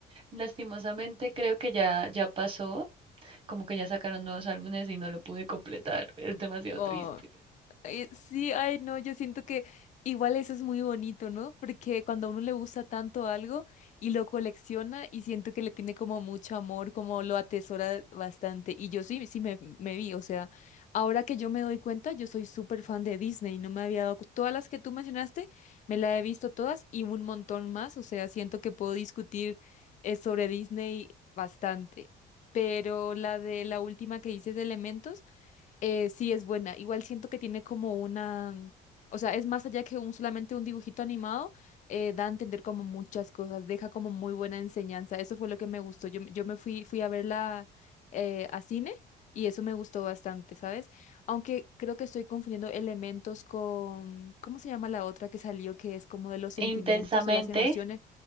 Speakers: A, on the right; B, on the left.
A: Lastimosamente creo que ya, ya pasó, como que ya sacaron nuevos álbumes y no lo pude completar, <laughs> es demasiado
B: No,
A: triste.
B: Eh, sí, ay, no, yo siento que igual eso es muy bonito, ¿no? Porque cuando a uno le gusta tanto algo y lo colecciona y siento que le tiene como mucho amor, como lo atesora bastante. Y yo sí, sí me, me vi, o sea, ahora que yo me doy cuenta, yo soy súper fan de Disney, no me había dado, cu- todas las que tú mencionaste, me las he visto todas y un montón más, o sea, siento que puedo discutir eh, sobre Disney bastante. Pero la de la última que dices de Elementos. Eh, sí, es buena. Igual siento que tiene como una, mm, o sea, es más allá que un, solamente un dibujito animado, eh, da a entender como muchas cosas, deja como muy buena enseñanza. Eso fue lo que me gustó. Yo, yo me fui, fui a verla eh, a cine y eso me gustó bastante, ¿sabes? Aunque creo que estoy confundiendo elementos con, ¿cómo se llama la otra que salió que es como de los sentimientos,
A: Intensamente,
B: de las emociones?